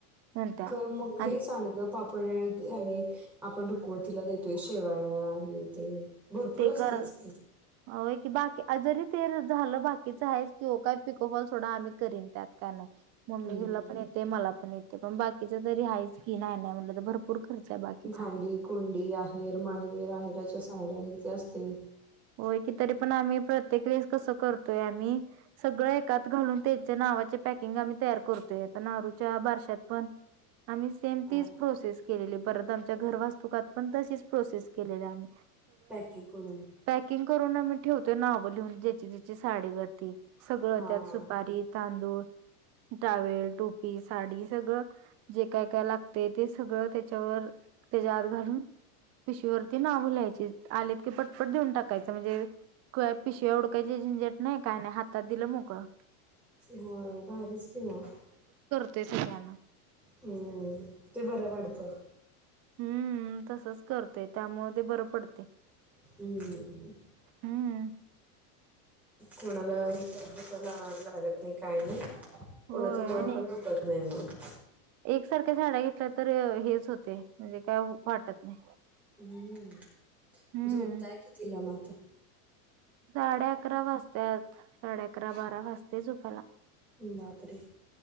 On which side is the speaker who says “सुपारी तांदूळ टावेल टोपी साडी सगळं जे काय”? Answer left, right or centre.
Right